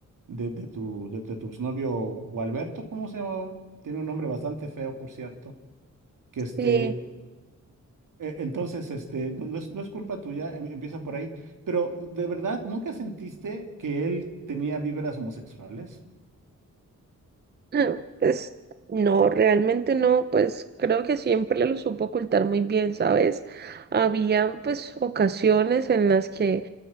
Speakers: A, on the right (about 75°); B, on the right (about 30°).
A: de, de tu, de, de tu exnovio Gualberto, ¿cómo se llamaba? Tiene un nombre bastante feo, por cierto, que este...
B: Eh,
A: eh, Entonces, este, no, no es, no es culpa tuya, em- empieza por ahí. Pero, ¿de verdad nunca sentiste que él tenía vibras homosexuales?
B: ah, <clears throat> pues no, realmente no, pues creo que siempre lo supo ocultar muy bien, ¿sabes? Había pues ocasiones en las que